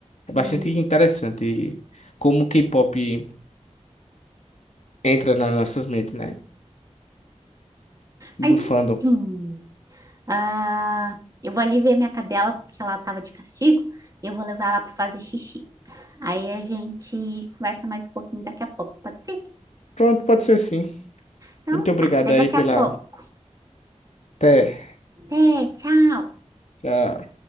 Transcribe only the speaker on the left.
É
bastante interessante como o K-pop entra nas nossas mentes, né? Do
fandom.
Pronto, pode ser sim.
Muito obrigado
aí
pela.
Até.
Tchau.